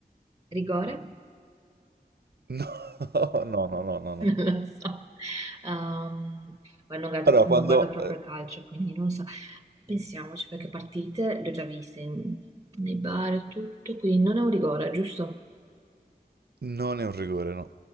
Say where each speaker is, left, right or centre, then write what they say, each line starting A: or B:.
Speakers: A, on the right; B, on the right.
A: Rigore?
B: No, <laughs> no, no, no, no,
A: <laughs>
B: no.
A: non lo so. Ehm, guarda, non guardo,
B: Allora,
A: non
B: quando...
A: guardo proprio
B: eh,
A: il calcio, quindi non so. Pensiamoci, perché partite le ho già viste in- nei bar e tutto, quindi non è un rigore, giusto?
B: Non è un rigore, no.